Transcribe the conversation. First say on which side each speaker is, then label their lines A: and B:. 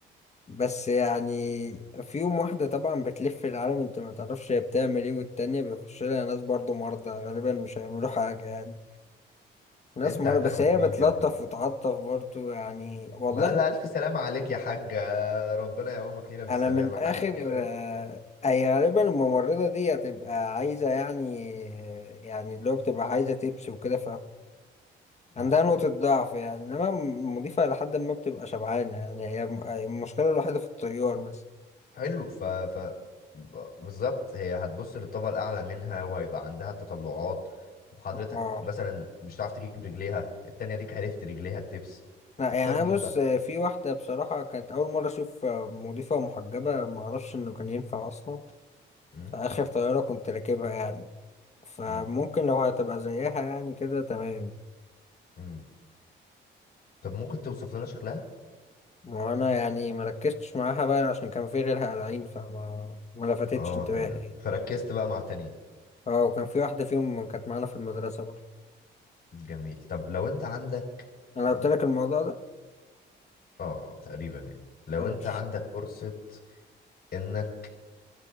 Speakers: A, on the left; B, on the left.
A: بس يعني فيهم واحدة طبعا بتلف العالم انت ما تعرفش هي بتعمل ايه والتانية بيخش لها ناس برضو مرضى غالبا مش هيعملوا حاجة يعني ناس
B: انت
A: مرة
B: هتاخد
A: بس هي
B: مين
A: بتلطف
B: يا فندم
A: وتعطف برضو يعني والله
B: ما لا الف سلامة عليك يا حاجة ربنا يقومك لينا بالسلامة
A: انا من اخر
B: حاجة كده يعني.
A: آه، اي غالبا الممرضة دي هتبقى عايزة يعني يعني اللي هو بتبقى عايزة تبس وكده فعندها
B: مم.
A: نقطة ضعف يعني انما المضيفة لحد ما بتبقى شبعانة يعني هي م- آه، المشكلة الوحيدة في الطيار مثلا
B: حلو ف ف ب- بالظبط هي هتبص للطبقة الأعلى منها وهيبقى عندها تطلعات وحضرتك
A: اه
B: مثلا مش هتعرف تجيب رجليها التانية ديك عرفت رجليها التبس
A: لا
B: تختار
A: يعني انا
B: مين
A: بص
B: بقى
A: آه، في واحدة بصراحة كانت أول مرة أشوف آه، مضيفة محجبة معرفش إنه كان ينفع أصلا
B: مم.
A: في آخر طيارة كنت راكبها يعني فممكن
B: مم.
A: لو هتبقى زيها يعني كده تمام
B: مم. طب ممكن توصف لنا شكلها؟
A: ما هو انا يعني ما ركزتش معاها بقى عشان كان في غيرها قلعين فما ما لفتتش
B: اه
A: انتباهي
B: تمام
A: يعني
B: فركزت بقى مع تاني
A: اه وكان في واحدة فيهم كانت معانا في المدرسة برضه
B: جميل طب لو انت عندك
A: انا قلت لك الموضوع ده
B: اه آه، تقريبا يعني لو
A: ماشي
B: انت عندك فرصة انك